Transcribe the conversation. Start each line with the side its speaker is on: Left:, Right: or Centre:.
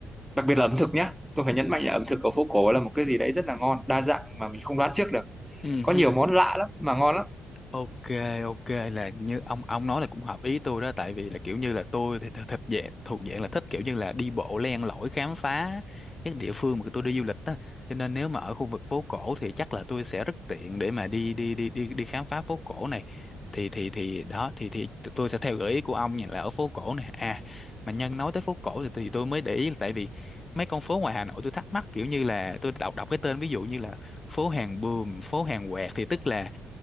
Centre: đặc biệt là ẩm thực nhé, tôi phải nhấn mạnh là ẩm thực ở phố cổ là một cái gì đấy rất là ngon đa dạng mà mình không đoán trước được
Left: ừ
Centre: có
Left: ừ
Centre: nhiều món lạ lắm mà ngon lắm
Left: Ok, ok là như ông ông nói là cũng hợp ý tôi đó tại vì là kiểu như là tôi thì thật thật dạng thuộc dạng là thích kiểu như là đi bộ len lỏi khám phá các địa phương mà tôi đi du lịch á cho nên nếu mà ở khu vực phố cổ thì chắc là tôi sẽ rất tiện để mà đi đi đi đi đi khám phá phố cổ này thì thì thì đó thì thì tôi sẽ theo gợi ý của ông nha là ở phố cổ này à mà nhân nói tới phố cổ thì, thì tôi mới để ý là tại vì mấy con phố ngoài Hà Nội tôi thắc mắc kiểu như là tôi đọc đọc cái tên ví dụ như là phố hàng Buồm phố hàng Quẹt thì tức là